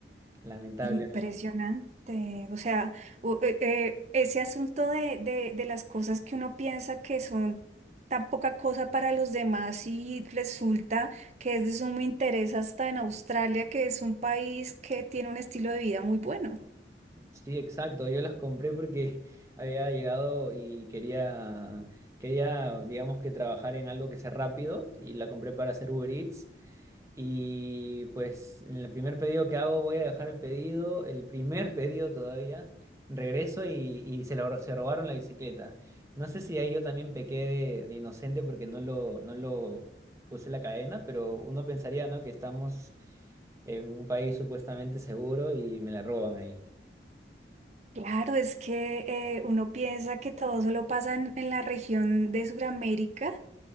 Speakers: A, on the right; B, on the right.
A: lamentablemente.
B: Impresionante. O sea, u- eh, eh, ese asunto de, de, de las cosas que uno piensa que son tan poca cosa para los demás y resulta que es de sumo interés hasta en Australia, que es un país que tiene un estilo de vida muy bueno.
A: Sí, exacto, yo las compré porque <laughs> había llegado y quería, quería, digamos que trabajar en algo que sea rápido y la compré para hacer Uber Eats. Y pues en el primer pedido que hago voy a dejar el pedido, el primer <laughs> pedido todavía, regreso y, y se, lo se robaron la bicicleta. No sé si ahí yo también pequé de, de inocente porque no lo, no lo puse la cadena, pero uno pensaría, ¿no? que estamos en un país supuestamente seguro y me la roban ahí.
B: Claro, es que eh, uno piensa que todo solo pasa en, en la región de Sudamérica